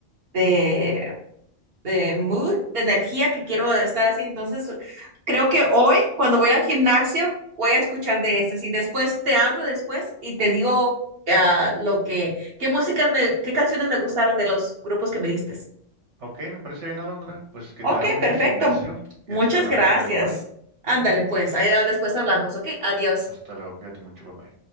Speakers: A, on the right; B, on the right.
A: de, de mood, de energía que quiero estar así. Entonces, creo que hoy, cuando voy al gimnasio, voy a escuchar de esas y después te hablo después y te digo ah, lo que, qué música me, qué canciones me gustaron de los grupos que me diste.
B: Ok, me parece bien, Alondra. Pues que
A: Ok,
B: te vaya muy bien
A: perfecto.
B: el gimnasio. Este,
A: Muchas
B: hablamos
A: gracias.
B: luego, ¿vale?
A: Ándale, pues, ahí ah, después hablamos, ¿ok? Adiós.
B: Hasta luego, cuídate mucho, papá.